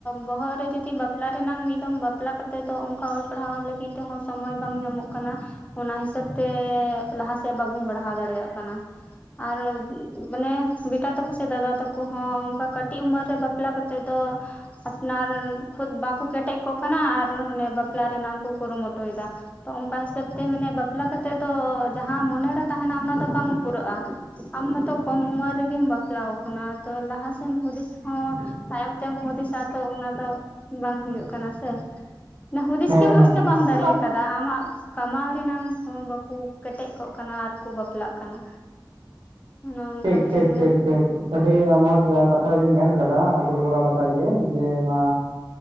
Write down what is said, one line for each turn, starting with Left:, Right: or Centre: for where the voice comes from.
Left: ᱵᱚᱦᱚᱜ ᱨᱮ ᱡᱩᱫᱤ ᱵᱟᱯᱞᱟ ᱨᱮᱱᱟᱝ ᱢᱤᱫ ᱫᱚᱢ ᱵᱟᱯᱞᱟ ᱠᱟᱛᱮᱫ ᱫᱚ ᱚᱱᱠᱟ ᱚᱞ ᱯᱟᱲᱦᱟᱣ ᱞᱟᱹᱜᱤᱫ ᱛᱮᱦᱚᱸ ᱥᱚᱢᱚᱭ ᱵᱟᱝ ᱧᱟᱢᱚᱜ ᱠᱟᱱᱟ ᱚᱱᱟ ᱦᱤᱥᱟᱹᱵ ᱛᱮᱻ ᱞᱟᱦᱟ ᱛᱮ ᱵᱟᱵᱚᱱ ᱵᱟᱲᱦᱟᱣ ᱫᱟᱲᱮᱭᱟᱜ ᱠᱟᱱᱟ ᱟᱨ ᱢᱟᱱᱮ ᱵᱮᱴᱟ ᱛᱟᱠᱚ ᱥᱮ ᱫᱟᱫᱟ ᱛᱟᱠᱚ ᱦᱚᱸ ᱚᱱᱠᱟ ᱠᱟᱹᱴᱤᱡ ᱩᱢᱮᱨ ᱨᱮ ᱵᱟᱯᱞᱟ ᱠᱟᱛᱮᱫ ᱫᱚ, ᱟᱨ ᱠᱷᱩᱫ ᱵᱟᱠᱚ ᱠᱮᱴᱮᱡ ᱠᱚᱜ ᱠᱟᱱᱟ ᱟᱨ ᱦᱚᱱᱮ ᱵᱟᱼᱼ ᱯᱞᱟ ᱨᱮᱱᱟᱝ ᱠᱚ ᱠᱩᱨᱩ ᱢᱩᱴᱩ ᱭᱮᱫᱟ ᱛ ᱚᱱᱠᱟ ᱦᱤᱥᱟᱹᱵ ᱛᱮ ᱢᱟᱱᱮ ᱵᱟᱯᱞᱟ ᱠᱟᱛᱮ ᱫᱚ ᱡᱟᱸᱼᱼ ᱦᱟᱸ ᱢᱚᱱᱮᱨᱮ ᱛᱟᱦᱮ ᱱᱟ ᱚᱱᱟ ᱫᱚ ᱵᱟᱝ ᱯᱩᱨᱟᱹᱜᱼᱟ᱾ ᱟᱢ ᱢᱟᱛᱚ ᱠᱚᱢ ᱩᱢᱮᱨ ᱨᱮᱜᱤᱢ ᱵᱟᱯᱞᱟ ᱟᱠᱟᱱᱟ ᱛᱚ ᱞᱟᱦᱟ ᱥᱮᱱ ᱦᱩᱫᱤᱥ ᱦᱚᱸ ᱛᱟᱭᱚᱢ ᱛᱮᱢ ᱦᱩᱫᱤᱥᱟ ᱛᱚ ᱚᱱᱟ ᱫᱚ ᱵᱟᱝ ᱦᱩᱭᱩᱜ ᱠᱟᱱᱟ ᱥᱮ᱾ ᱦᱩᱫᱤᱥ
Right: ᱦᱮᱸ
Left: ᱜᱮ ᱢᱚᱸᱡᱽ
Right: ᱦᱮᱸ
Left: ᱛᱮ ᱵᱟᱢ ᱫᱟᱲᱮ ᱟᱠᱟᱫᱟ ᱟᱢᱟᱜ ᱠᱟᱢᱟᱣ ᱨᱮᱱᱟᱝ ᱦᱚᱸ ᱵᱟᱠᱚᱼᱼ ᱠᱮᱴᱮᱡ ᱠᱚᱜ ᱠᱟᱱᱟ ᱟᱨ ᱠᱚ ᱵᱟᱯᱞᱟᱜ ᱠᱟᱱᱟ ᱚᱱᱮ ᱚᱱᱠᱟᱛᱮ
Right: ᱴᱷᱤᱠ ᱴᱷᱤᱠ
Left: ᱢᱟᱱᱮ᱾
Right: ᱴᱷᱤᱠ ᱴᱷᱤᱠ ᱟᱹᱰᱤ ᱢᱚᱡᱽ ᱠᱟᱛᱷᱟ ᱵᱤᱱ ᱢᱮᱱ ᱠᱟᱫᱟ ᱟᱹᱰᱤ ᱵᱚᱲᱚ ᱠᱟᱛᱷᱟ ᱜᱮ, ᱡᱮ ᱢᱟᱼᱼ